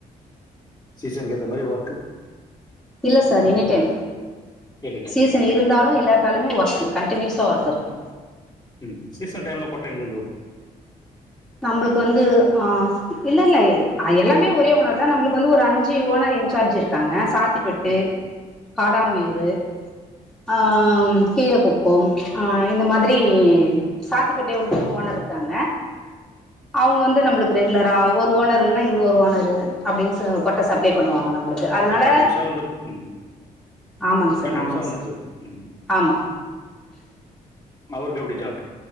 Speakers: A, on the left; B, in the centre.
A: சீசன் கேத்த மாரி ஒர்க்கு
B: இல்லா sir any time
A: any time.
B: Season இருந்தாலு இல்லாட்டாலுமே ஒர்க் கண்டனியூஸா ஒர்க் இருக்கு
A: ம் சீசன் டைம்ல கொட்ட எங்கிருந்து வரு
B: நம்மளுக்கு வந்து ஆஹ் இல்லல்ல அ எல்லாமே ஒரே ஓனர் தா நம்மளுக்கு வந்து ஒரு அஞ்சு ஓனர் இன்சார்ஜ் இருக்காங்க சாத் திப்பட்டு
A: ம்.
B: காடமியூரு ஆ கீழக்குப்பம் ஆ இந்த மாத்ரி சாத்திப்பட்டி ஒரு மூணு ஓனர் இருக்காங்க அவுங்க வந்து நம்ளுக்கு ரெகுலரா ஒரு ஓனரில்ன்னா இன்னொரு ஓனரு அப்டின்னு கொட்ட சப்ளை பண்ணுவாங்க நம்மளுக்கு அதனால
A: அப்டி கன்டினியூசா வந்திருக்கு ம்
B: ஆமாங்க சார்
A: கன்டினியூசா
B: ஆமாங்க
A: வந்துட்ருக்கு
B: சார்
A: ம்
B: ஆமா
A: வந்து அவருக்கெப்டி ஜாப்